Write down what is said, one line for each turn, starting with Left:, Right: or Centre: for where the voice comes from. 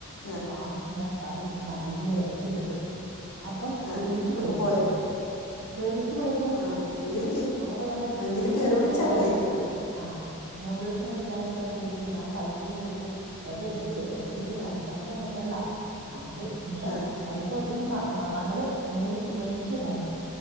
Left: ആ
Right: ലാസ്റ്റ് ഞാൻ സഹിയെട്ട് നല്ലൊരു ഒച്ച എടുത്തു അപ്പം
Left: ആ
Right: കെറിവിച്ച്
Left: അപ്പൊ
Right: പോയേക്കണു
Left: പോയോ
Right: കെർവിച്ചു പോയേക്ക്ണു
Left: ആ എങ്കിലും കേ
Right: അവക്കെങ്ങാണ്ട് നൂഡിൽസ്
Left: എങ്കിലും കെറുവിച്ചാ
Right: മേടിക്കാൻ പയ
Left: പോയേക്കുന്നെ
Right: ആഹ് നൂഡിൽസ് മേടിക്കാന്ന് പറട്ട് ചോദിച്ചിട്ട് ഞാൻ പൈസേം കൊടുത്തു ഏതെനിക്ക് വേ ത്തിട്ടെക്ക്
Left: ആ
Right: സംസാരിക്കാൻ പറ്റണില്ല അന്നിട്ട് ഇങ്ങനെ
Left: ആ
Right: പൈസ കൊത്തിട്ട് മ മ മകള് മേടിച്ച് മേടിച്ചെരാൻ